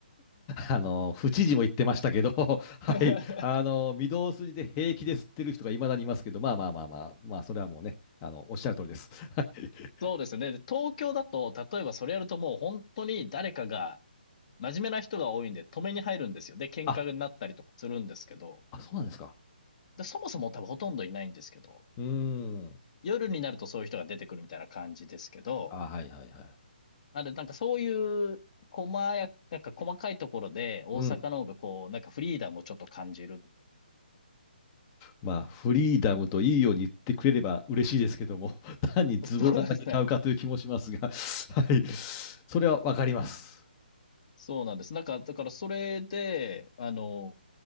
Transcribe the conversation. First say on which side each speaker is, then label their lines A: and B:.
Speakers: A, on the left (about 20°); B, on the left (about 45°).
A: あの、府知事も言ってましたけど、<laughs> はい。
B: <laughs>
A: あの、御堂筋で平気で吸ってる人がいまだにいますけど、まあまあまあまあ、まあ、それはもうね、あの、おっしゃる通りです。はい。
B: そうですね。で東京だと、例えばそれやるともう本当に誰かが、真面目な人が多いんで止めに入るんですよ。で、喧嘩になったりとかするんですけど。
A: あ、あ、そうなんですか。
B: で、そもそも多分ほとんどいないんですけど、
A: うーん。
B: 夜になるとそういう人が出てくるみたいな感じですけど、
A: あ、はいはいはい。
B: なんで、なんかそういう、細や、なんか細かいところで、大阪の方がこう、
A: うん。
B: なんかフリーダムをちょっと感じる。
A: まあ、フリーダムといいように言ってくれれば嬉しいですけども、<laughs> 単にズボラなだけちゃうかという気もしますが、
B: <laughs> そうですね。
A: <laughs> はい。それはわかります。
B: そうなんです。なんか、だからそれで、あの、